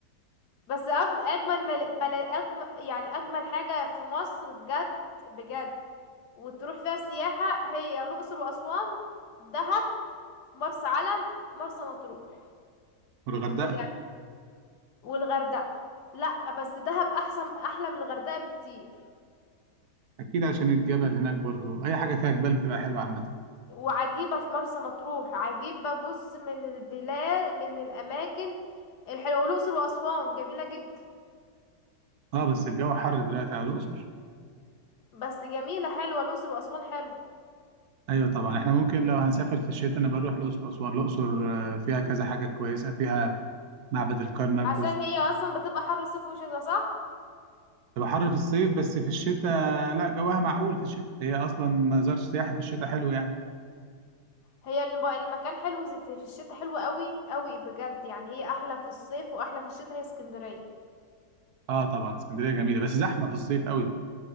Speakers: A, on the left; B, on the right.
A: بس أج... اجمل مل... بل... أجمل... يعني اجمل حاجة في مصر بجد بجد وتروح فيها سياحة هي الاقصر واسوان دهب مرسى علم مرسى مطروح
B: والغردقة
A: بجد والغردقة لا بس دهب احسن احلى من الغردقة بكتير
B: أكيد عشان الجبل هناك برضو أي حاجة فيها جبال بتبقى حلوة عامة
A: وعجيبة في مرسى مطروح عجيبة بص من البلاد من الاماكن الحلوة والاقصر واسوان جميلة جدا
B: أه بس الجو حر دلوقتي على الأقصر
A: بس جميلة حلوة الاقصر واسوان حلو
B: أيوة طبعا إحنا ممكن لو هنسافر في الشتاء أنا بروح الأقصر وأسوان الأقصر آه، فيها كذا حاجة كويسة فيها معبد الكرنك
A: عشان
B: وس-
A: هي اصلا بتبقى حر صيف وشتا صح
B: تبقى حر في الصيف بس في الشتاء لا جواها معقول في الشتاء هي أصلا مزار سياحي في الشتاء حلو يعني
A: هي الم- المكان حلو زي- في في الشتاء حلو قوي قوي بجد يعني هي احلى في الصيف واحلى في الشتاء هي اسكندرية
B: أه طبعا اسكندرية جميلة بس زحمة في الصيف قوي